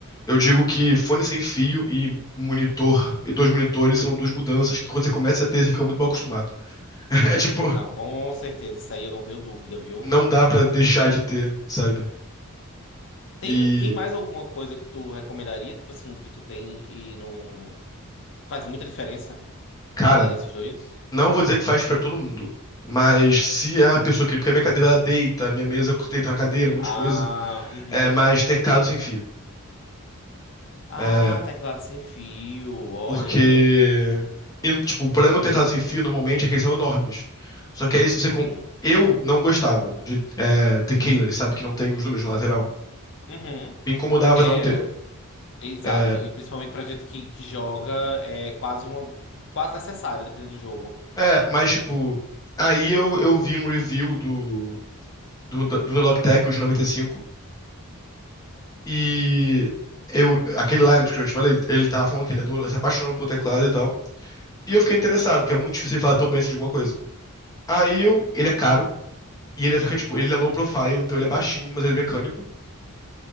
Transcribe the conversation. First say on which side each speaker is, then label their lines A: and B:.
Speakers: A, on the left; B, on the left.
A: eu digo que fone sem fio e monitor, e dois monitores são duas mudanças que quando você começa a ter, você fica muito mal acostumado. <laughs> É tipo,
B: Não, com certeza, isso aí eu não tenho dúvida, viu?
A: não dá pra deixar de ter, sabe?
B: Tem,
A: E,
B: tem mais alguma coisa que tu recomendaria, tipo assim, que tu tem e não faz muita diferença,
A: cara,
B: além desses dois?
A: Não vou dizer que faz pra todo mundo. Mas se é a pessoa que. Porque a minha cadeira ela deita, a minha mesa deita na cadeira, um monte
B: Ah,
A: de coisa.
B: uhum.
A: É, mas teclado sem fio.
B: Ah,
A: É,
B: teclado sem fio, olha.
A: porque. e, tipo, o problema do teclado sem fio normalmente é que eles são enormes. Só que aí se você.
B: Sim.
A: com- Eu não gostava de é, ter keyless, sabe? Que não tem os números na lateral.
B: Uhum.
A: Me incomodava
B: É,
A: não ter.
B: eu- exato.
A: É,
B: E principalmente pra gente que, que joga, é quase uma, quase necessário, dependendo do jogo.
A: é, mas tipo. Aí eu, eu vi um review do, do, do Logitech o de 95. E eu, aquele Lionel que eu te falei, ele tava falando que ele adorou, se apaixonou pelo teclado e tal. E
B: Uhum.
A: eu fiquei interessado, porque é muito difícil ele falar tão bem assim de alguma coisa. Aí eu, ele é caro, e ele é só que, tipo, ele é low profile, então ele é baixinho, mas ele é mecânico.